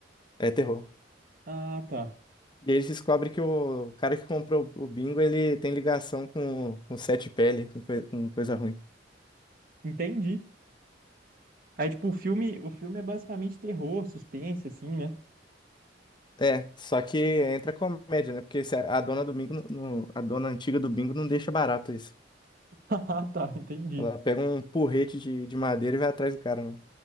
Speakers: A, on the left; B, on the right.
A: é terror.
B: Ah, tá.
A: E aí eles descobrem que o cara que comprou o bingo, ele tem ligação com, com sete pele, com, coi- com coisa ruim.
B: Entendi. Aí, tipo, o filme, o filme é basicamente terror, suspense, assim, né?
A: É, só que entra comédia, né? Porque se a a dona do bingo, não- não- a dona antiga do bingo não deixa barato isso.
B: <laughs> Ah, tá, entendi.
A: Ela pega um porrete de, de madeira e vai atrás do cara, né?